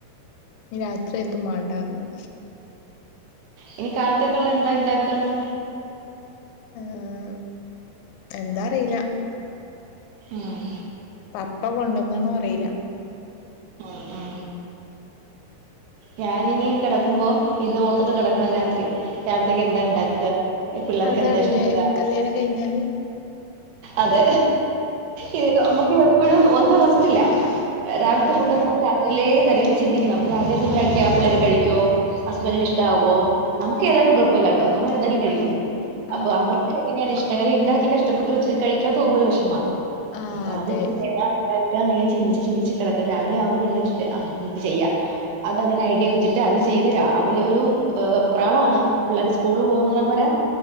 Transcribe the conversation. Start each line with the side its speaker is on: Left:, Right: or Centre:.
Left: നി രാത്രിയെത്തും മാണ്ടാ ർഞ്ഞ്
Right: ഇനി കാലത്തേക്ക്ള്ള എന്താ ഇണ്ടാക്കാന്ന്
Left: ആഹ് എന്താറില്ല
Right: ആഹ്
Left: പപ്പ കൊണ്ടന്ന്ണോ അറില്ല
Right: ആഹ് ഞാനിനി കെടക്കുമ്പോ ഇത് ഓർത്തിട്ട് കെടക്കണം രാത്രി രാവിലത്തേക്ക് എന്താ ഇണ്ടാക്ക പിള്ളേർക്കെന്താ
Left: അതാണ്ല്ലേ
Right: ഇഷ്ടപ്പെടാ
Left: കല്യാണം കഴിഞ്ഞാല്
Right: അതെ ഈ നമ്മുക്ക് എപ്പഴും ഒന്നു റസ്റ്റില്ല രാവിലത്തെ
Left: ആഹ്
Right: ഫുഡെന്താന്ന് രാത്രിയിലേ തലേന്ന് ചിന്തിക്കണം രാവ് ണ്ടാക്കിയാ പിള്ളേര് കഴിക്ക്വോ ഹസ്ബൻഡിന് ഇഷ്ടാവോ നമുക്ക് ഏതായാലും കൊഴപ്പ് ല്ലട്ടോ നമ്മളേതായാലും കഴിക്കും
Left: ആഹ് ആഹ്
Right: അപ്പൊ അവർക്ക് എങ്ങനെയാണ് ഇഷ്ടം കാരണം ഇണ്ടാക്കി കഷ്ടപ്പെട്ട് വച്ചിട്ട് കഴിക്കാ പോവുമ്പോ ഒരു വെഷ്മാ
Left: ആഹ്
Right: അപ്പൊ
Left: അതെ
Right: അതി ഏതാണ് കെടക്കാണങ്കി ചിന്തിച്ച് ചിന്തിച്ച് കെടക്കും രാവിലെയാവുമ്പോ എഴുന്നേറ്റിട്ട് ആഹ് ഇത് ചെയ്യാ അതങ്ങനെ ഐഡിയ വെച്ചിട്ട് അത് ചെയ്ത് രാവിലെ ഒരു അ് വെപ്രാളാണ് പിള്ളേര്ട സ്കൂള്ള് പോകുന്നിടം വരെ